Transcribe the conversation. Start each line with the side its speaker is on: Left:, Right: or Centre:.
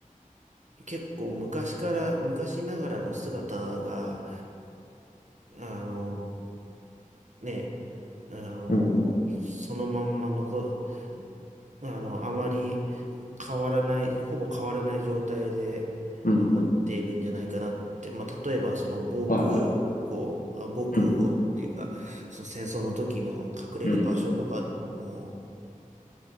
Right: 結構昔から、昔ながらの姿が、あの、ね、あのーそのまんま残、
Left: うんうん。
Right: あの、あまり変わらない、ほぼ変わらない状態で残っているんじゃないかなって、
Left: うんうんうん。
Right: まあ、例えばその防空壕、
Left: はいはい。
Right: あ防空壕っていうか、
Left: うん
Right: その戦争の時の隠れる場所とかも、
Left: うん